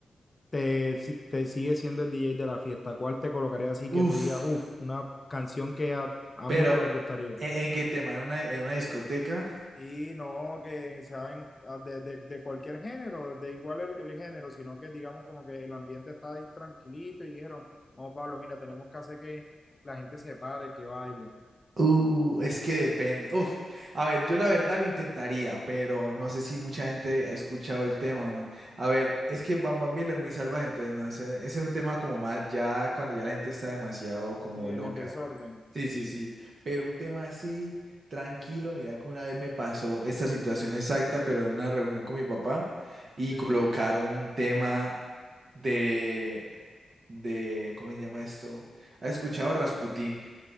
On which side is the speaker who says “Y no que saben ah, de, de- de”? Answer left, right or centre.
Left